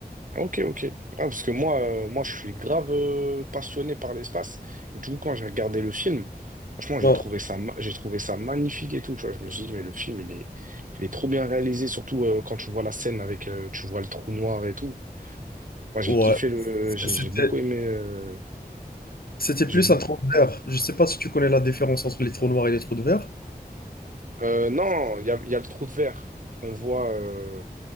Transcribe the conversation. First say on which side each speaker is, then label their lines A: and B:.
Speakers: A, on the right; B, on the left.
A: ok, ok. Ah, parce que moi, euh, moi, je suis grave euh, passionné par l'espace, et du coup, quand j'ai regardé le film, franchement,
B: Bon,
A: j'ai trouvé ça, ma- j'ai trouvé ça magnifique et tout, tu vois. Je me suis dit, mais le film, il est, il est trop bien réalisé, surtout euh, quand tu vois la scène avec, euh, tu vois le trou noir et tout. Moi, j'ai
B: ouais,
A: kiffé le, j'ai
B: c'était,
A: j'ai beaucoup aimé, euh,
B: c'était
A: j'ai
B: plus un trou de verre. Je sais pas si tu connais la différence entre les trous noirs et les trous de verre.
A: Euh, non, il y a, il y a le trou de verre qu'on voit, euh,